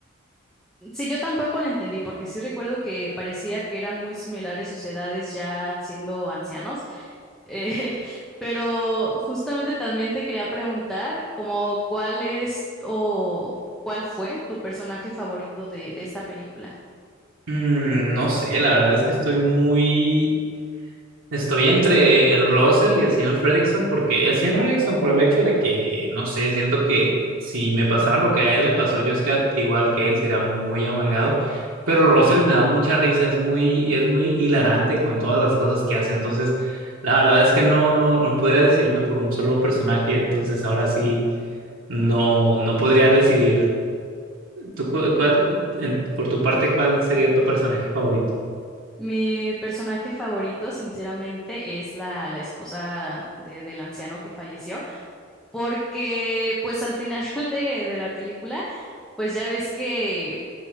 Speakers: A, in the centre; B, on the right.
A: Sí, yo tampoco la entendí, porque sí recuerdo que parecía que eran muy similares sus edades ya siendo ancianos. Eh, <laughs> pero justamente también te quería preguntar, como cuál es o cuál fue tu personaje favorito de, de esta película.
B: Mm, no sé, la verdad es que estoy muy Estoy entre el Russell y el señor Fredrickson porque el señor Fredrickson por el hecho de que, no sé, siento que si me pasara lo que a él le pasó, yo sería igual que él, sería muy amargado, pero Russell me da mucha risa, es muy, es muy hilarante con todas las cosas que hace, entonces la verdad es que no, no, no podría decidirme por un solo personaje, entonces ahora sí no, no podría decidir. ¿Tú, cu- cuál, en- por tu parte, cuál sería tu personaje favorito?
A: Mi personaje favorito, sinceramente, es la, la esposa de- del anciano que falleció, porque pues al final <laughs> de, de la película, pues ya ves que